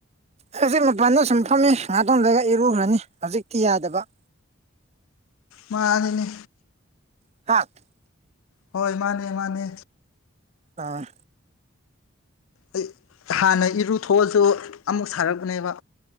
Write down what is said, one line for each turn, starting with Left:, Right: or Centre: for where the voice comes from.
Right: ꯑꯩ ꯍꯧꯖꯤꯛ ꯃꯄꯥꯟꯗ ꯁꯨꯝ ꯐꯝꯃꯤ ꯉꯥꯇꯣꯝꯗꯒ ꯏꯔꯨꯈ꯭ꯔꯅꯤ ꯍꯧꯖꯤꯛꯇꯤ ꯌꯥꯗꯕ
Left: ꯃꯥꯜꯂꯤꯅꯦ
Right: <unintelligible>
Left: ꯍꯣꯏ ꯃꯥꯅꯦ ꯃꯥꯅꯦ
Right: ꯑꯥ
Left: ꯑꯩ ꯍꯥꯟꯅ ꯏꯔꯨ ꯊꯣꯛꯑꯁꯨ ꯑꯃꯨꯛ ꯁꯥꯔꯛꯄꯅꯦꯕ